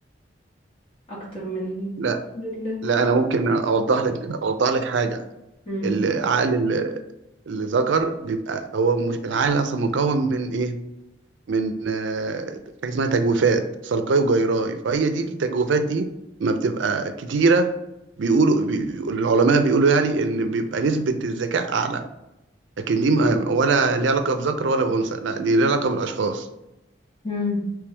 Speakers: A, on the left; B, on the right.
A: اكتر من
B: لا
A: من ال
B: لا انا ممكن اوضح لك اوضح لك حاجه
A: امم
B: العقل ال- الذكر بيبقى هو مش العقل اصلا مكون من ايه من آه، حاجه اسمها تجويفات صلقاي وجيراي فهي دي التجويفات دي ما بتبقى كتيره بيقولوا بيقول العلماء بيقولوا يعني ان بيبقى نسبه الذكاء اعلى لكن دي ما ولا ليها علاقه بذكر ولا بانثى لا دي ليها علاقه بالاشخاص
A: امم